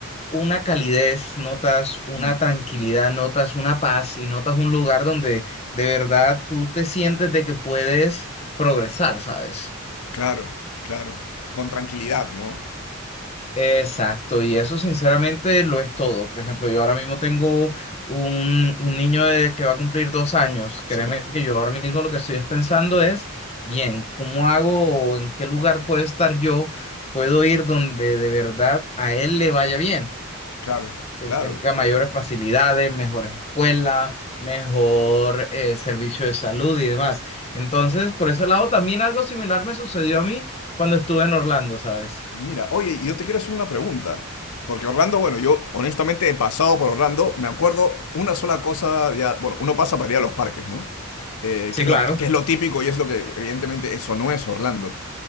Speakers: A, on the left; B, on the left.
A: una calidez, notas una
B: Mm.
A: tranquilidad, notas una paz y notas un lugar donde de verdad tú te sientes de que puedes progresar, ¿sabes?
B: Claro, claro. Con tranquilidad, ¿no?
A: Exacto, y eso sinceramente lo es todo. Por ejemplo, yo ahora mismo tengo un, un niño de- que va a cumplir dos años.
B: Sí,
A: Créeme que yo ahora mismo lo que estoy es pensando es, bien, ¿cómo hago o en qué lugar puedo estar yo? Puedo ir donde de verdad a él le vaya bien,
B: claro,
A: que
B: claro.
A: él tenga mayores facilidades, mejores escuelas, mejor eh, servicio de salud y demás. Entonces, por ese lado, también algo similar me sucedió a mí cuando estuve en Orlando, ¿sabes?
B: Mira, oye, y yo te quiero hacer una pregunta. Porque Orlando, bueno, yo honestamente he pasado por Orlando, me acuerdo una sola cosa, ya, bueno, uno pasa para ir a los parques, ¿no? Eh,
A: Sí,
B: que es
A: claro.
B: lo, que es lo típico y es lo que evidentemente eso no es Orlando.